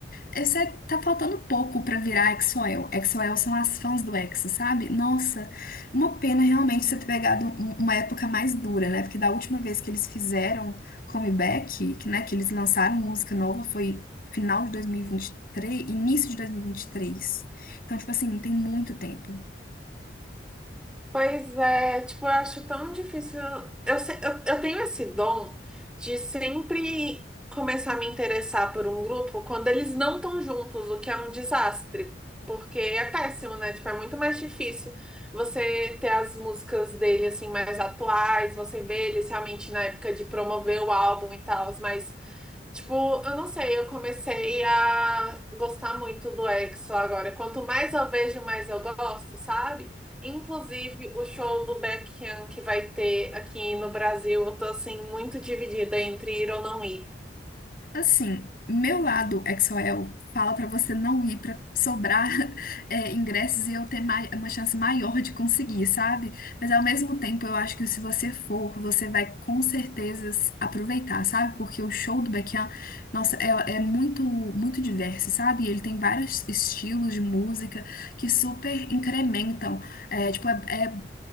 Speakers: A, on the left (about 50°); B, in the centre.
A: esse é, tá faltando pouco pra virar EXO-L. EXO-L são as fãs do EXO, sabe? Nossa, uma pena realmente você ter pegado um- uma época mais dura, né? Porque da última vez que eles fizeram comeback, que, né, que eles lançaram música nova foi final de 2023, início de 2023. Então, tipo assim, tem muito tempo.
B: Pois é, tipo, eu acho tão difícil. Eu, se- eu, eu tenho esse dom de sempre começar a me interessar por um grupo quando eles não estão juntos, o que é um desastre. Porque é péssimo, né? Tipo, é muito mais difícil você ter as músicas dele, assim, mais atuais, você vê eles realmente na época de promover o álbum e tal, mas. Tipo, eu não sei, eu comecei a gostar muito do EXO agora. Quanto mais eu vejo, mais eu gosto, sabe? Inclusive, o show do Baekhyun que vai ter aqui no Brasil, eu tô assim muito dividida entre ir ou não ir.
A: Assim, meu lado exoel fala pra você não ir pra sobrar <laughs> é, ingressos e eu ter mai- uma chance maior de conseguir, sabe? Mas ao mesmo tempo, eu acho que se você for, você vai com certeza s- aproveitar, sabe? Porque o show do Baekhyun, nossa, é, é muito muito diverso, sabe? E Ele tem vários estilos de música que super incrementam. É, tipo, é, é